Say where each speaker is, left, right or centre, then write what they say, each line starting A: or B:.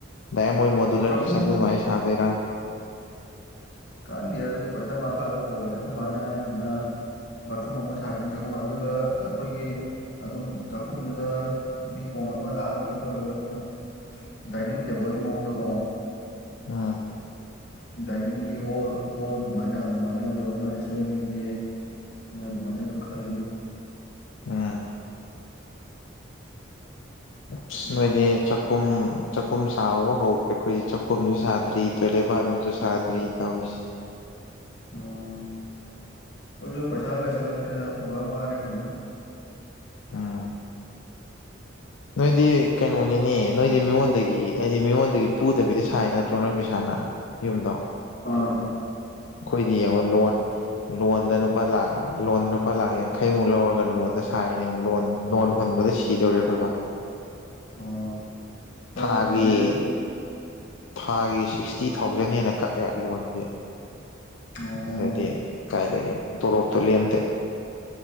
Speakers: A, on the left; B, on the left.
A: ꯗꯥꯏꯔꯦꯛ ꯃꯣꯏ ꯨꯗꯨꯂꯔ
B: ꯆꯥꯛꯈꯨꯝ
A: ꯀꯤꯆꯟꯗꯣ ꯗꯨꯃꯥꯏꯅ ꯁꯥꯗ‌ꯣꯏꯔꯥ
B: ꯈꯪꯗꯦ ꯑꯗꯨꯗꯤ ꯄꯩꯁꯥ ꯃꯈꯥꯗ ꯄꯣꯜꯂꯦ ꯑꯩꯈꯣꯏ‌ ꯕꯥꯅ ꯍꯥꯏꯁꯤꯅ ꯕꯥꯠꯔꯨꯝ ꯑꯃ ꯁꯥꯔꯛꯀꯅꯤ ꯆꯥꯛꯈꯨꯝ ꯑꯗꯨꯒ ꯑꯩꯈꯣꯏꯒꯤ ꯑꯗꯨꯝ ꯆꯥꯛꯈꯨꯝꯗꯨꯗ ꯃꯤ ꯄꯣꯡ ꯑꯃ ꯂꯥꯛꯑꯒꯁꯨ ꯈꯣꯠꯂꯒꯁꯨ ꯗꯥꯏꯅꯤꯡ ꯇꯦꯕꯜꯒꯤ ꯃꯑꯣꯡꯗ ꯀꯣ
A: ꯑꯥ
B: ꯗꯥꯏꯅꯤꯡꯒꯤ ꯍꯣꯜ ꯍꯣꯜ ꯑꯗꯨꯃꯥꯏꯅ ꯑꯗꯨꯃꯥꯏꯅꯁꯨ ꯑꯃ ꯁꯦꯝꯁꯦꯅ ꯑꯗꯨꯃꯥꯏꯅꯁꯨ ꯈꯜꯂꯤ
A: ꯑꯥ ꯎꯞ
B: ꯑꯗꯣ
A: ꯅꯣꯏꯗꯤ ꯆꯥꯛꯈꯨꯝ ꯆꯥꯛꯈꯨꯝ ꯁꯥꯕꯕꯨ ꯍꯧ꯭ꯈꯔꯦ ꯑꯩꯈꯣꯏꯗꯤ ꯆꯥꯛꯈꯨꯝꯁꯨ ꯁꯥꯗ꯭ꯔꯤ ꯇꯣꯏꯂꯦꯠ ꯕꯥꯠꯔꯨꯝꯁꯨ ꯁꯥꯗ꯭ꯔꯤ ꯇꯧꯔꯤꯁꯦ
B: ꯑꯣ ꯑꯩꯈꯣꯏꯁꯨ ꯄꯩꯁꯥ ꯂꯩꯁꯜꯂꯛꯇꯦꯗ ꯑꯩꯈꯣꯏꯕ ꯋꯥꯔꯦ ꯍꯧꯖꯤꯛ
A: ꯎꯝ ꯅꯣꯏꯗꯤ ꯀꯩꯅꯣꯅꯤꯅꯦ ꯅꯣꯏꯗꯤ ꯃꯤꯉꯣꯟꯗꯒꯤ ꯍꯥꯏꯗꯤ ꯃꯤꯉꯣꯟꯗꯒꯤ ꯄꯨꯗꯕꯤꯗ ꯁꯥꯏ ꯅꯠꯇ꯭ꯔꯣ ꯅꯣꯏ ꯄꯩꯁꯥꯅ ꯌꯨꯝꯗꯣ
B: ꯑꯥ
A: ꯑꯩꯈꯣꯏꯗꯤ ꯌꯦꯡꯉꯣ ꯂꯣꯟ ꯂꯣꯟꯗ ꯂꯨꯄꯥ ꯂꯥꯛ ꯂꯣꯟꯗ ꯂꯨꯄꯥ ꯂꯥꯛ ꯌꯥꯡꯈꯩꯃꯨꯛ ꯂꯧꯔꯒ ꯂꯣꯟꯗ ꯁꯥꯏꯅ‌ꯦ ꯌ‌ꯦꯡꯉ‌ꯣ ꯂꯣꯟ ꯂꯣꯟ ꯍꯨꯟꯕꯗ ꯁꯤꯗꯧꯔꯦ ꯑꯩꯈꯣꯏ ꯕꯥ
B: ꯑꯣ ꯍꯣꯏ
A: ꯊꯥꯒꯤ
B: ꯀꯩꯅꯣꯒꯤ
A: ꯊꯥꯒꯤ ꯁꯤꯛꯁꯇꯤ ꯊꯥꯎꯖꯟ ꯍ‌ꯦꯟꯅ ꯀꯛꯑꯦ ꯂꯣꯟꯒꯤ
B: ꯑꯣ
A: ꯑꯗꯨꯅꯗꯤ ꯀꯥꯏꯗꯒꯤ ꯇꯣꯂꯣꯞꯇꯣ ꯂꯦꯝꯗꯦ